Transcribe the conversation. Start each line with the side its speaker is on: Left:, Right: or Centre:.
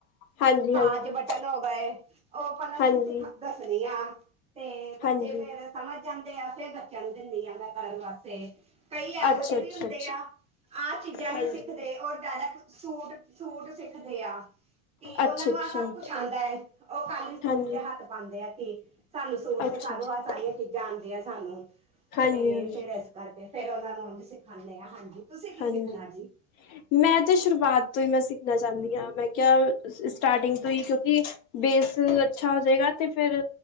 Left: ਹਾਂਜੀ
Right: ਕਾਜ
Left: ਹਾਂਜੀ
Right: ਬਟਨ ਹੋ ਗਏ, ਉਹ ਪਹਿਲਾਂ
Left: ਹਾਂਜੀ
Right: ਅਸੀਂ ਸਿਖਾ, ਦੱਸਦੀ ਆ, ਤੇ ਬੱਚੇ
Left: ਹਾਂਜੀ
Right: ਫੇਰ ਸਮਝ ਜਾਂਦੇ ਆ ਫੇਰ, ਕਹਿੰਦੇ ਨਹੀਂ ਆਨਾਂ ਘਰ ਵਾਸਤੇ, ਕਈ ਐਹੋ
Left: ਅੱਛਾ
Right: ਜਿਹੇ
Left: ਅੱਛਾ
Right: ਵੀ ਹੁੰਦੇ
Left: ਅੱਛਾ
Right: ਆ, ਆਹ ਚੀਜ਼ਾਂ ਨੀ
Left: ਹਾਂਜੀ
Right: ਸਿੱਖਦੇ, ਉਹ ਡਾਇਰਕ, ਸੂਟ-ਸੂਟ ਸਿੱਖਦੇ ਆਂ ਕੀ ਉਹਨਾ
Left: ਅੱਛਾ
Right: ਨੂੰ
Left: ਅੱਛਾ
Right: ਆਹ ਸਭ ਕੁਛ ਆਂਦਾ ਹੈ ਓ ਖਾਲੀ ਸੂਟ
Left: ਹਾਂਜੀ
Right: ਤੇ ਹੱਥ ਪਾਂਦੇ ਆ ਕੀ ਸਾਨੂੰ ਸੂਟ
Left: ਅੱਛਾ
Right: ਸਿਖਾ
Left: ਅੱਛਾ
Right: ਦੋ ਆਹ ਸਾਰੀਆਂ ਚੀਜ਼ਾਂ ਆਦੀਆਂ ਸਾਨੂੰ
Left: ਹਾਂਜੀ
Right: ਤੇ
Left: ਹਾਂਜੀ
Right: ਫਿਰ ਇਸ ਕਰਕੇ ਫੇਰ ਉਹਨਾਂ ਨੂੰ ਓ ਵੀ ਸਿਖਾਣੇ ਆਂ ਹਾਂਜੀ। ਤੁਸੀਂ ਕੀ
Left: ਹਾਂਜੀ
Right: ਸਿੱਖਣਾ ਜੀ
Left: ਮੈਂ ਤੇ ਸ਼ੁਰੂਆਤ ਤੋਂ ਹੀ ਮੈਂ ਸਿੱਖਣਾ ਚਾਂਦੀ ਹਾਂ ਮੈਂ ਕਿਆ ਸਟਾਰਟਿੰਗ ਤੋਂ ਹੀ ਕਿਉਂਕਿ ਬੇਸ ਅੱਛਾ ਹੋ ਜਾਏਗਾ ਤੇ ਫਿਰ